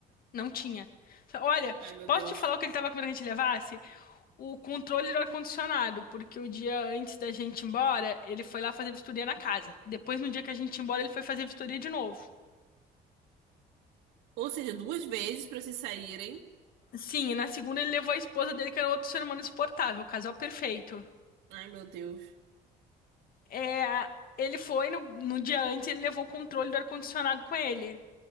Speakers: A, on the left; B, on the right.
A: Não tinha. Olha,
B: Ai, meu
A: posso
B: Deus.
A: te falar o que ele tava com medo que a gente levasse? O controle do ar-condicionado, porque o dia antes da gente ir embora, ele foi lá fazer vistoria na casa. Depois, no dia que a gente ia embora, ele foi fazer vistoria de novo.
B: Ou seja, duas vezes pra se saírem.
A: Sim, e na segunda ele levou a esposa dele, que era outro ser humano insuportável, casal perfeito.
B: Ai, meu Deus.
A: É, ele foi, no, no dia antes, ele levou o controle do ar-condicionado com ele.